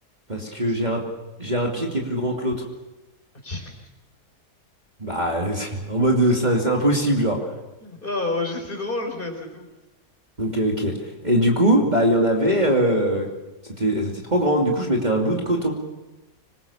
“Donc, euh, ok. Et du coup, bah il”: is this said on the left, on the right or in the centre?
Right